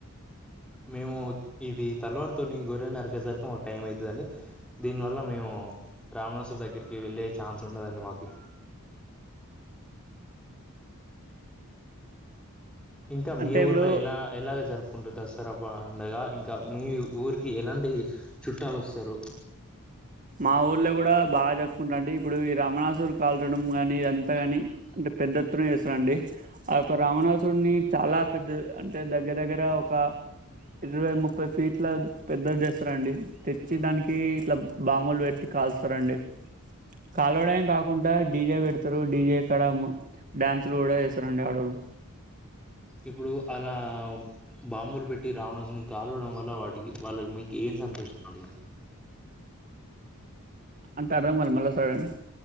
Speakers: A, in the centre; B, on the right.
A: మేము ఇది తలవారుతోని గొర్రె నరికేసరికి మాకు టైం అవుతుందండి దీనివల్ల మేము రామాణసుని దగ్గరికి వెళ్ళే ఛాన్స్ ఉండదండి మాకు ఇంకా మీ
B: అంటే
A: ఊర్లో
B: ఇప్పుడు
A: ఎలా ఎలాగ జరుపు కుంటూ దసరా పండగా ఇంకా మీ ఊరికి ఎలాంటి చుట్టాలు వస్తారు
B: మా ఊర్లో కూడా బాగా జరుపుకుంటరండి ఇప్పుడు ఈ రామణాసురు కాల్చడం కానీ ఇదంతా కాని అంటే పెద్ద ఎత్తున చేస్తారండి యొక్క రామణాసురుని చాలా పెద్ద అంటే దగ్గర దగ్గర ఒక ఇరవై ముప్పై ఫీట్ల పెద్దది చేస్తారండి తెచ్చి దానికి ఇట్ల బాంబులు పెట్టి కాలుస్తారండి కాలవడం కాకుండా డీజే పెడుత్ తురు డీజే కాడా మ్ డ్యాన్సు లు కూడా చేస్సరండి ఆడోళ్ళు
A: ఇప్పుడు అలా బాంబులు పెట్టి రావాణసం కాలవడం వల్ల వాటికి వాళ్ళ మీకు ఏం సంతోషం అండి.
B: అంత అర్ధం గాల మళ్ళ సారి అను